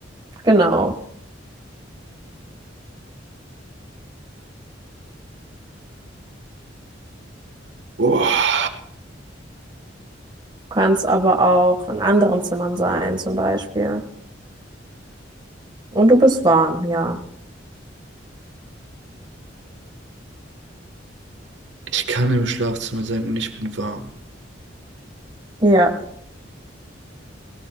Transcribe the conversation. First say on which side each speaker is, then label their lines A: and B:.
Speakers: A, on the right; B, on the right.
A: Genau.
B: Boah.
A: Du kannst aber auch in anderen Zimmern sein, zum Beispiel. Und du bist warm, ja.
B: Ich kann im Schlafzimmer sein und ich bin warm.
A: Ja.